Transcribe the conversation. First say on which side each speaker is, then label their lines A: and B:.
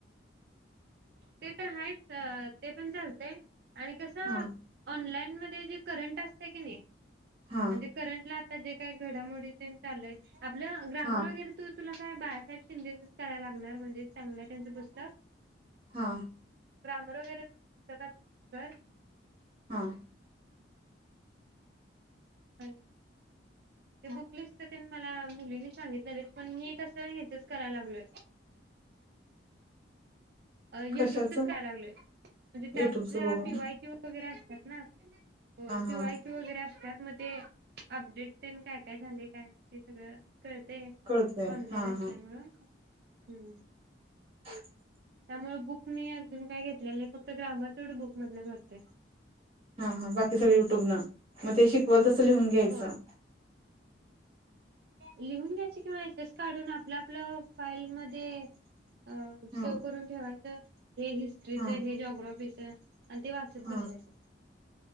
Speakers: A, on the right; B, on the right.
A: ते तर आहेच ते पण चालते आणि कस
B: हा
A: ऑनलाईन जे करंट असते की नाही म्हणजे
B: हा
A: करंट ला ता जे काय घडामोडी ते चालाय आपलं ग्रामर
B: हा
A: वगैरे तू तुला काय बाळासाहेब शिंदेच करायला लागणार म्हणजे चांगलंय त्यांचं पुस्तक
B: हां
A: क्रामर वगैरे त सग घर
B: हा
A: आणि ते बुक लिस्ट मला मुलीनी सांगितलेले पण मी कसं ह्याचच करायला लागलोय युट्यूबचच
B: कशाचं
A: काय लागलोय म्हणजे त्यात
B: युट्यूबचं
A: जरा
B: बघून
A: पीवाय क्यू वगैरे अस घत ना होय
B: हा
A: पिवाय
B: हा
A: क वगैरे असतात मग ते अपडेट प काय काय झाले काय नाही ते सगळं कळत ते
B: कळतंय
A: ऑनलाईन
B: हा
A: असल्यामुळं
B: हा
A: हम्
B: ह
A: त्यामुळे बुक मी अजून काय घेतलेलं फक्त ग्रॅमर तेवढं बुक मधलं करतय
B: हा हा बाकी सगळे युट्युब न मग ते शिकवाल लिहून घ्यायचं
A: होय लिहून घ्यायच किंवा एस एस काढून आपलं आपलं फाईल मध्ये अ सेव
B: हा
A: करून ठेवायचं हे हिस्ट्रीचं
B: हा
A: हे जोग्राफीचं आणि ते वाचत
B: हा
A: बसायचं